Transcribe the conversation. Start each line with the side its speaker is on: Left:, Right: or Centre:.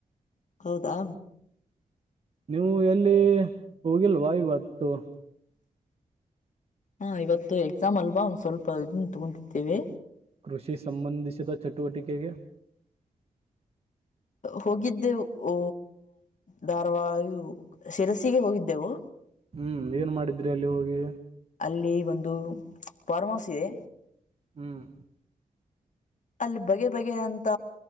Left: ಹೌದಾ?
Right: ನೀವು ಎಲ್ಲಿ ಹೋಗಿಲ್ವಾಯವತ್ತು?
Left: ಹಾ ಇವತ್ತು ಎಕ್ಸಾಮ್ ಅಲ್ವಾ ಒಂದ ಸ್ವಲ್ಪ ಇದನ್ ತಗೊತಿದ್ದೇವೆ.
Right: ಕೃಷಿ ಸಂಬಂಧಿಸಿದ ಚಟುವಟಿಕೆಗೆ
Left: ಹೋಗಿದ್ದೆವು ಧಾರವಾಡ ಶಿರಸಿಗೆ ಹೋಗಿದ್ದೆವು.
Right: ಹ್ಮ್ ಏನ್ ಮಾಡಿದ್ರಿ ಅಲ್ಲಿ ಹೋಗಿ
Left: ಅಲ್ಲಿ ಒಂದು ಫಾರ್ಮ್ ಹೌಸ್ ಇದೆ
Right: ಹ್ಮ್
Left: ಅಲ್ಲಿ ಬಗೆ ಬಗೆಯಂತ